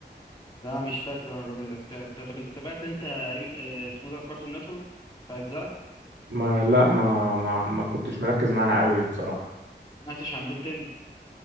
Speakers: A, on the left; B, on the right.
A: لا مش فاكر أنا الراجل ت- ت- طب أنت تابعت أنت إم- آه، اسمه ده كارتون نتورك في أجزاء؟ ما
B: ما لا ما ما ما كنتش مركز معاها قوي بصراحة
A: سمعتش عن بنتين؟